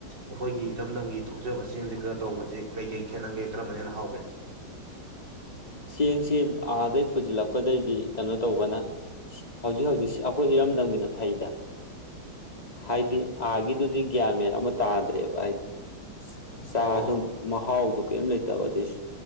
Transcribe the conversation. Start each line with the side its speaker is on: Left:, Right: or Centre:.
Right: ꯑꯩꯈꯣꯏꯒꯤ ꯏꯔꯝꯗꯝꯒꯤ ꯊꯣꯛꯆꯕ꯫ ꯆꯦꯡꯁꯤꯒ ꯇꯧꯕꯁꯤ ꯀꯩꯀꯩ ꯈꯦꯠꯅꯒꯦ ꯀꯔꯝꯕꯅ ꯍꯦꯅ ꯍꯥꯎꯒꯦ?
Left: ꯆꯦꯡꯁꯤ꯫ ꯑꯥꯗꯩꯩ꯫ ꯄꯨꯁꯤꯜꯂꯛꯄꯗꯩꯗꯤ ꯀꯩꯅꯣ ꯇꯧꯕꯅ ꯍꯧꯖꯤꯛ ꯍꯧꯖꯤꯛ ꯑꯩꯈꯣꯏ ꯏꯔꯝꯗꯝꯒꯤꯅ꯫ ꯐꯩꯗ꯫ ꯍꯥꯏꯗꯤ ꯑꯥꯒꯤꯗꯨ ꯒ꯭ꯌꯥꯟ ꯃꯦꯟ ꯑꯃ ꯇꯥꯗ꯭ꯔꯦꯕ ꯍꯥꯏꯗꯤ꯫ ꯆꯥꯁꯨ
Right: ꯑꯣ
Left: ꯃꯍꯥꯎꯗꯨ ꯀꯩꯝ ꯂꯩꯇꯕ ꯑꯗꯩ